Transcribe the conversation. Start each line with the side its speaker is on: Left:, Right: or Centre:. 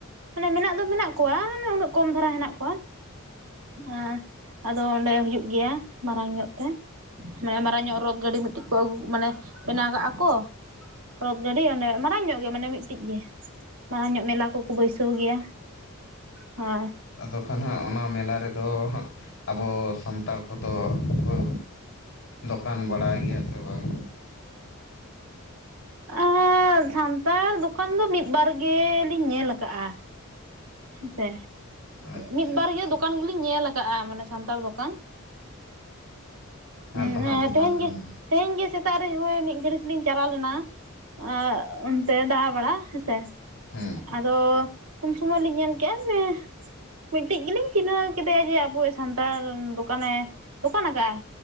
Right: ᱢᱟᱱᱮ ᱢᱮᱱᱟᱜ ᱫᱚ ᱢᱮᱱᱟᱜ ᱠᱚᱣᱟ ᱢᱟᱱᱮ ᱩᱱᱟᱹᱜ ᱠᱚᱢ ᱫᱷᱟᱨᱟ ᱦᱮ ᱠᱚᱣᱟ᱾ ᱦᱮᱸ ᱟᱫᱚ ᱚᱸᱰᱮ ᱦᱩᱭᱩᱜ ᱜᱮᱭᱟ ᱢᱟᱨᱟᱝ ᱧᱚᱜ ᱛᱮ᱾ ᱢᱟᱱᱮ ᱢᱟᱨᱟᱝ ᱧᱚᱜ ᱨᱚᱛ ᱜᱟᱹᱰᱤ ᱢᱤᱜᱴᱤᱜ ᱠᱚ ᱟᱹᱜᱩ ᱢᱟᱱᱮ, ᱵᱮᱱᱟᱣ ᱠᱟᱜᱼᱟ ᱠᱚ ᱨᱚᱛ ᱜᱟᱹᱰᱤ ᱚᱸᱰᱮ ᱢᱟᱨᱟᱝ ᱧᱚᱜ ᱜᱮ ᱢᱟᱱᱮ ᱢᱤᱜᱴᱤᱜ ᱜᱮᱭᱟ᱾ ᱞᱟᱦᱟ ᱧᱚᱜ ᱢᱮᱞᱟ ᱠᱚᱠᱚ ᱵᱟᱹᱭᱥᱟᱹᱣ ᱜᱮᱭᱟ ᱦᱳᱭ᱾
Left: ᱟᱫᱚ ᱠᱷᱟᱱ ᱦᱟᱸᱜ ᱚᱱᱟ ᱢᱮᱞᱟ ᱨᱮᱫᱚ ᱦᱟᱸᱜ ᱟᱵᱚ ᱥᱟᱱᱛᱟᱲ ᱠᱚᱫᱚ ᱠᱚ ᱫᱚᱠᱟᱱ ᱵᱟᱲᱟᱭ ᱜᱮᱭᱟ ᱥᱮ ᱵᱟᱝ?
Right: ᱟᱸ ᱥᱟᱱᱛᱟᱲ ᱫᱚᱠᱟᱱ ᱫᱚ ᱢᱤᱫᱵᱟᱨ ᱜᱮᱻᱞᱤᱧ ᱧᱮᱞ ᱠᱟᱜᱼᱟ᱾ ᱦᱮᱸᱥᱮ
Left: ᱟᱪᱪᱷᱟ
Right: ᱢᱤᱫᱵᱟᱨ
Left: ᱟᱪᱪᱷᱟ
Right: ᱤᱭᱟᱹ ᱫᱚᱠᱟᱱ ᱫᱚᱞᱤᱧ ᱧᱮᱞ ᱠᱟᱜᱼᱟ ᱢᱟᱱᱮ ᱥᱟᱱᱛᱟᱲ ᱫᱚᱠᱟᱱ᱾ ᱩᱸ
Left: ᱟᱨ ᱫᱚ ᱦᱟᱸᱜ
Right: ᱮᱸ
Left: ᱵᱟᱝᱵᱤᱱ
Right: ᱛᱮᱦᱮᱧ ᱜᱮ ᱛᱮᱦᱮᱧ ᱜᱮ ᱥᱮ ᱥᱮᱛᱟᱜ ᱨᱮ ᱦᱳᱭ ᱢᱤᱜ ᱜᱷᱟᱹᱲᱤᱡ ᱥᱮᱞᱤᱧ ᱪᱟᱞᱟᱣ ᱞᱮᱱᱟ ᱟᱸ ᱚᱱᱛᱮ ᱫᱟᱬᱟᱵᱟᱲᱟ ᱥᱮ
Left: ᱦᱮᱸ
Right: ᱟᱫᱚ ᱩᱱ ᱥᱚᱢᱚᱭ ᱞᱤᱧ ᱧᱮᱞ ᱠᱮᱜᱼᱟ ᱚᱱᱮ, ᱢᱤᱜᱴᱤᱜ ᱜᱮᱞᱤᱧ ᱪᱤᱱᱦᱟᱹᱣ ᱠᱮᱫᱮᱭᱟ ᱡᱮ ᱟᱵᱚᱭᱤᱡ ᱥᱟᱱᱛᱟᱲ ᱫᱚᱠᱟᱱᱮ ᱫᱚᱠᱟᱱ ᱟᱠᱟᱜᱼᱟᱭ᱾